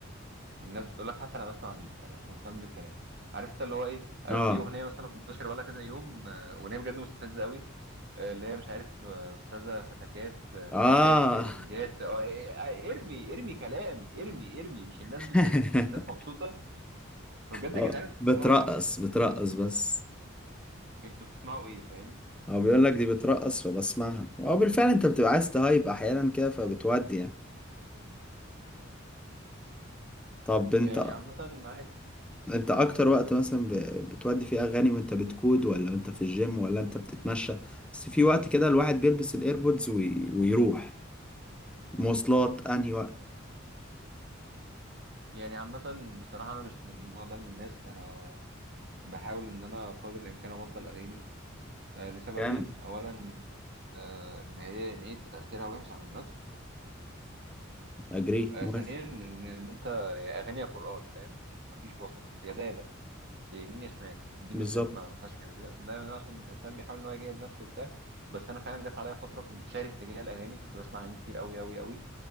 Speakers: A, on the right (about 55°); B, in the centre.
A: الناس بتقول لك حتى انا بسمع بيت انا مش مهتم بالكلام عارف انت اللي هو ايه آه،
B: اه
A: في اغنيه مثلا منتشره بقالها كذا يوم آه، اغنيه بجد مستفزه قوي اللي هي مش عارف آه، استاذه فتكات آه، في
B: اه
A: الشات ترنجات آه، آه، آه، ارمي ارمي كلام ارمي ارمي مش الناس
B: <laughs>
A: بتهز مش الناس مبسوطه فبجد
B: اه
A: يا جدعان انتوا
B: بترقص
A: بتسمعوا ايه
B: بترقص بس
A: انتوا بتسمعوا ايه فاهم
B: هو بيقول لك دي بترقص فبسمعها اه بالفعل انت بتبقى عايز تهايب احيانا كده فبتودي يعني طب انت
A: يعني عامه معاك
B: انت اكتر وقت مثلا ب... بتودي فيه اغاني وانت بتكود ولا انت في الجيم ولا انت بتتمشى بس في وقت كده الواحد بيلبس الايربودز وي... ويروح مواصلات انهي وقت
A: يعني عامه بصراحه انا مش من النوع ده من الناس انا بحاول ان انا قدر الامكان ابطل اغاني آه، لسببين
B: جامد
A: اولا آه، ان هي يعني ايه تاثيرها وحش على النفس
B: اجري
A: آه،
B: موافق
A: ثانيا ان إن انت يا اغاني يا قران فاهم مفيش وسط يا ده يا ده يا يمين يا شمال دي
B: بالظبط
A: بالذات ما ما فيهاش كده ده ده أنا عشان الانسان بيحاول ان هو يجاهد نفسه وبتاع بس انا فعلا جت عليا فتره كنت شاره تجاه الاغاني كنت بسمع اغاني كتير قوي قوي قوي